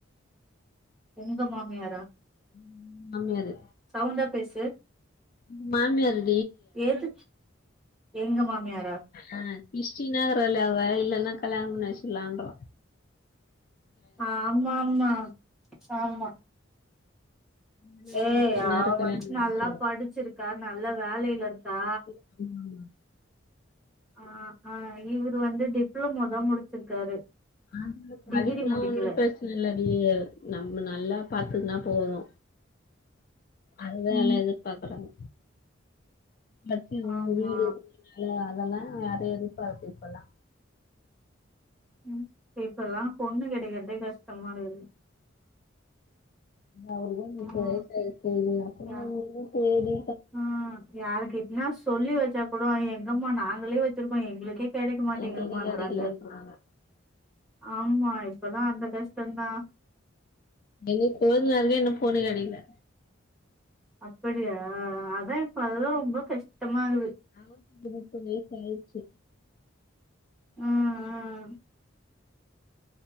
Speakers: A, in the centre; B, on the left (about 45°).
A: உங்க மாமியாரா
B: உன் மாமியாரு
A: சவுண்டா பேசு
B: உன் மாமியாரு
A: எதுக் எங்க மாமியாரா
B: ஆ இஷ்டினே இருக்கிறாள அவ இல்லன்னா கல்யாணம் பண்ணி வச்சிடலான்றோ
A: ஆம்மாமா ஆமா
B: இன்னு கொஞ்ச
A: ஏய் அவ
B: நேரோ கல்யாணம்
A: வந்து
B: பண்ணி
A: நல்லா
B: வச்சிருவாங்க
A: படிச்சிருக்கா நல்ல வேலைல இருக்கா
B: ம்
A: ஆ அ இவரு வந்து டிப்ளமோ தா முடிச்சிருக்காரு
B: ஆண்களுக்கு
A: டிகிரி
B: படிப்புல்லா
A: முடிக்கல
B: ஒண்ணு பிர சன இல்லடி நம்ம நல்லா பாத்துக்குன்னா போது அதுதா
A: ம்
B: எல்லா எதிர் பாக்குறாங்க ஃபஸ்ட் இவுங்க
A: ஆமா
B: வீடு வேல எல்லா‌ அதெல்லா அது எதிர் பாத்து இப்பல்லா
A: உம் இப்பல்லா பொண்ணு கெடைக்கறதே கஷ்டமா இருக்குது‌.
B: இந்த ஆளுக்கும்
A: ம்
B: இப்ப வயசாயிடுச்சி இல்லயா
A: யா
B: ஆவுது சேரி
A: ஆ யாரு கிட்னா சொல்லி வச்சா கூட எங்கம்மா நாங்களே வச்சிருக்கோ எங்களுக்கே கிடைக்க மாட்டேங்கதுமான்றாங்க
B: எங்களுக்கு கெடைக்கலன்றாங்க
A: ஆமா இப்பல்லா அந்த கஷ்டந்தா
B: எங்க கொழுந்தனாருங்கே இன்னும் பொண்ணு கிடைக்கல
A: அப்பிடியா அத்தா இப்ப அதுதா ரொம்ப கஷ்டமா இருக்குது
B: அவருக்கும் இப்ப முப்பது வயசு ஆயிடுச்சு
A: உம் உம்